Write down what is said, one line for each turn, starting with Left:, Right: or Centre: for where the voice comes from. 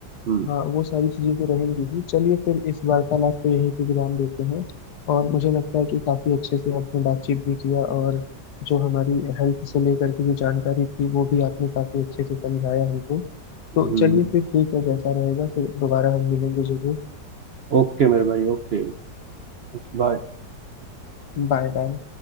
Right: हम्म
Left: हाँ वो सारी चीजें तो रहेंगी ही चलिए फिर इस वार्तालाप को यहीं पे विराम देते हैं और मुझे लगता है कि काफी अच्छे से आपने बातचीत भी किया और जो हमारी हेल्थ से लेकर के जो जानकारी थी वो भी आपने काफी अच्छे से समझाया हमको तो
Right: हम्म
Left: चलिए
Right: हम्म।
Left: फिर ठीक है जैसा रहेगा फिर दोबारा हम मिलेंगे जरूर
Right: ओके मेरे भाई ओके बाय
Left: Bye bye